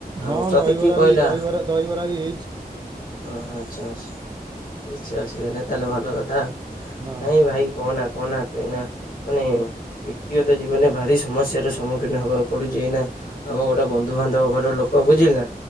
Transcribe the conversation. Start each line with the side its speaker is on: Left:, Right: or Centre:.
Right: ହଁ
Left: ଆଉ ତତେ
Right: ଦହିବରା
Left: କିଏ କହିଲା
Right: ବି ଦହିବରା ଦହିବରା ବି ହେଇଚି।
Left: ହଁ ଆଚ୍ଛା ଆଚ୍ଛା କିଛି ଅସୁବିଧା ନାହିଁ ତାହେଲେ ଭଲ କଥା ଆଉ
Right: ହଁ
Left: ନାଇଁ ଭାଇ କହନା କହନା ତୁ ଏଇନା ମାନେ ବ୍ୟକ୍ତିଗତ ଜୀବନରେ ଭାରି ସମସ୍ୟାର ସମ୍ମୁଖୀନ ହବାକୁ ପଡୁଚି ଏଇନା ଆମର ଗୋଟେ ବନ୍ଧୁ ବାନ୍ଧବ ଘର ଲୋକ ବୁଝିଲୁ ନା